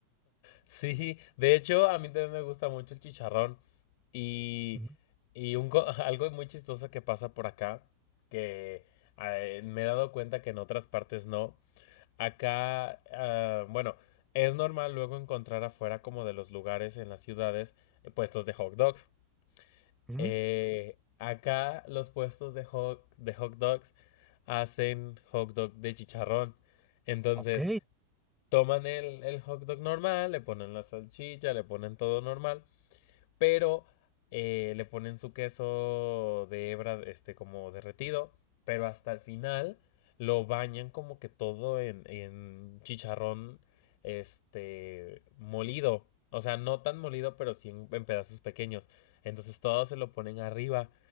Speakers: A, on the left; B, in the centre.
A: Sí, de hecho, a mí también me gusta mucho el chicharrón. Y,
B: Ujú.
A: y un co- <laughs> algo muy chistoso que pasa por acá, que eh, me he dado cuenta que en otras partes no. Acá, ah, bueno, es normal luego encontrar afuera como de los lugares en las ciudades eh, puestos de hot dogs.
B: Ujú,
A: Eh, acá los puestos de hot, de hot dogs hacen hot dog de chicharrón. Entonces,
B: Ok.
A: toman el, el hot dog normal, le ponen la salchicha, le ponen todo normal pero eh, le ponen su queso de hebra, este, como derretido, pero hasta el final lo bañan como que todo en, en chicharrón, este, molido. O sea, no tan molido, pero sí en, en pedazos pequeños. Entonces todo se lo ponen arriba.